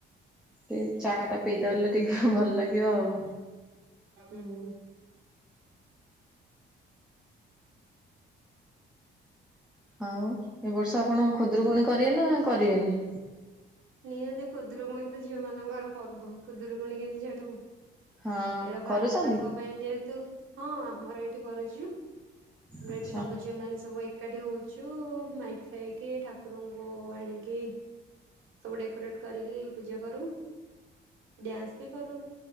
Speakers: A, in the centre; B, on the right.
A: ଟିକେ ଚାହାଟା ପିଇଦେଲେ ଟିକେ ଭଲ ଲାଗିବ ଆଉ।
B: ହୁଁ।
A: ଆଉ ଏ ବର୍ଷ ଆପଣ ଖୁଦୁରୁକୁୁଣି କରିବେ ନା କରିବେନି?
B: ନିହାତି ଖୁଦୁରୁକୁଣୀ ତ ଝିଅ ମାନଙ୍କର ପର୍ବ ଖୁଦୁରୁକୁଣୀ କେମିତି ଛାଡିବୁ।
A: ହଁ
B: ଏଇଟା ଭାଇମାନଙ୍କ
A: କରୁଛନ୍ତି
B: ପାଇଁ ଯେହେତୁ ହଁ ଆମର ଏଇଠି କରୁଛୁ।
A: ଆଚ୍ଛା
B: ଏଠି ସବୁ ଝିଅ ମାନ ସବୁ ଏକାଠି ହଉଛୁ ମାଇକ୍ ଫାଇକି ଠାକୁରଙ୍କୁ ଆଣିକି ସବୁ ଡେକୋରେଟ କରିକି ପୂଜା କରୁ ଡ୍ୟାନ୍ସ ବି କରୁ।